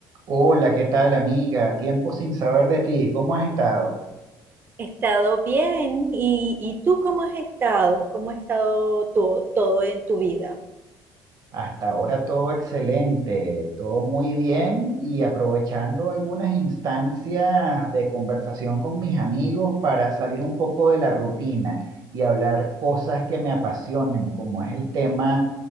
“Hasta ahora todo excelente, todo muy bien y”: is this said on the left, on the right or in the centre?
Right